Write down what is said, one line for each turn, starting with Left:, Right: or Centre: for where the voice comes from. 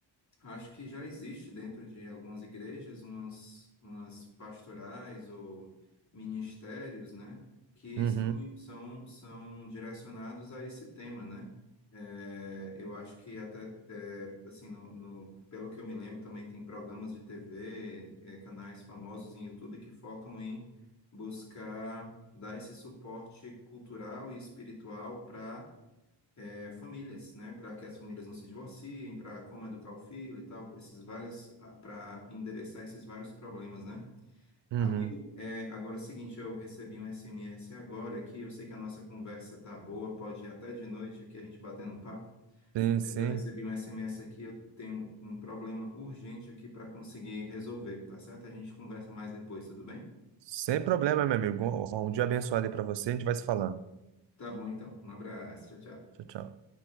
Left: Acho que já existe dentro de algumas igrejas umas, umas pastorais ou ministérios, né, que
Right: Uhum.
Left: são, são, são direcionados a esse tema, né? É, eu acho que até, é, assim, no, no- pelo que eu me lembro, também tem programas de TV, é, canais famosos em YouTube que focam em buscar dar esse suporte cultural e espiritual para é, famílias, né, para que as famílias não se divorciem, para como educar o filho e tal, esses vários, para endereçar esses vários problemas, né?
Right: Uhum.
Left: Amigo, é, agora é o seguinte, eu recebi um SMS agora aqui, eu sei que a nossa conversa tá boa, pode ir até de noite aqui a gente batendo um papo,
Right: Sim,
Left: mas
Right: sim.
Left: eu recebi um SMS aqui, eu tenho um problema urgente aqui para conseguir resolver, tá certo? A gente conversa mais depois, tudo bem?
Right: Sem problema, meu amigo. Um um dia abençoado aí para você. A gente vai se falando.
Left: Tá bom então, um abraço, tchau, tchau.
Right: Tchau, tchau.